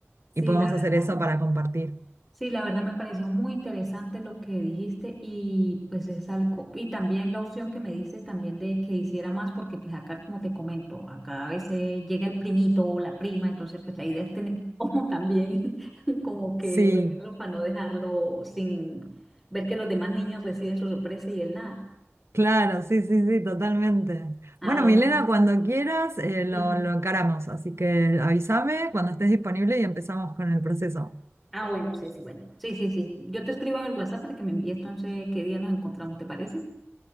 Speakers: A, in the centre; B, on the right (about 65°).
A: sí,
B: y podemos
A: la
B: hacer
A: verdad.
B: eso para compartir.
A: Sí, la verdad me pareció muy interesante lo que dijiste y pues es algo, y también la opción que me dices también de que hiciera más, porque pues acá como te comento, acá a veces llega el primito o la prima, entonces pues la idea es tener como también <laughs> como que
B: Sí.
A: el regalo para no dejarlo sin ver que los demás niños reciben su sorpresa y él nada.
B: Claro, sí, sí, sí, totalmente.
A: Ah,
B: Bueno,
A: bueno,
B: Milena, cuando quieras, eh, lo,
A: sí.
B: lo encaramos, así que avísame cuando estés disponible y empezamos con el proceso.
A: Ah, bueno, sí, sí, bueno. Sí, sí, sí. Yo te escribo en el WhatsApp para que me envíes entonces qué día nos encontramos, ¿te parece?